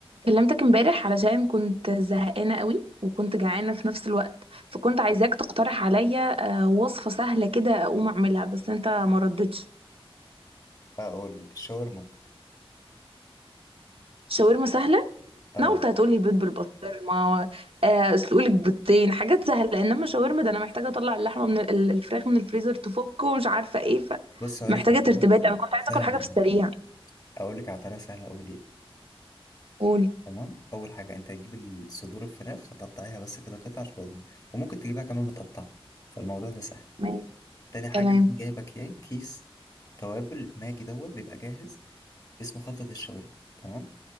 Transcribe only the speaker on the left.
هقول لك الشاورما
اه
بص هقول
لك على
طريقه
سهله
أوي.
اقول لك على طريقه سهله قوي ليها
تمام اول حاجه انت هتجيب الصدور الفراخ هتقطعيها بس كده قطع شاورما وممكن تجيبها كمان متقطعه فالموضوع ده سهل
تاني حاجه
تكون جايبه كيا- كيس توابل ماجي دوت بيبقى جاهز اسمه خلطه الشاورما تمام